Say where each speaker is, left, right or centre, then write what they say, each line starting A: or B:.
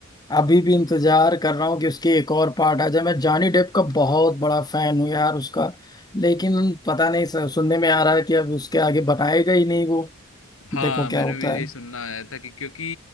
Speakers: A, on the left; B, on the left.
A: अभी भी इंतजार कर रहा हूँ कि उसकी एक और पार्ट आ जाए मैं जॉनी डेप का बहुत बड़ा फैन हूँ यार उसका लेकिन पता नहीं सर सुनने में आ रहा है कि अब उसके आगे बताएगा ही नहीं वो
B: हाँ
A: देखो क्या
B: मैंने
A: होता
B: भी
A: है
B: यही सुनना आया था कि क्योंकि